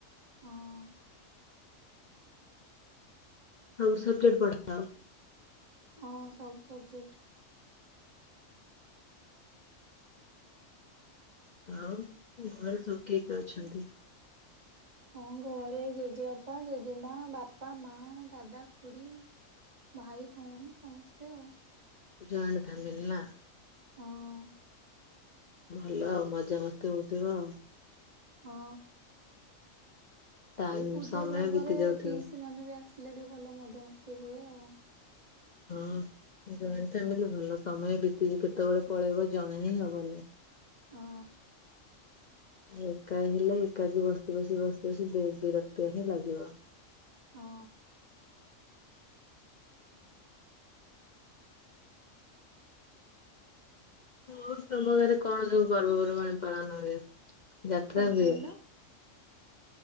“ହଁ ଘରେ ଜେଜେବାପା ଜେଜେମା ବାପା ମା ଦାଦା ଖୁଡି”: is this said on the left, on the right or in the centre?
Right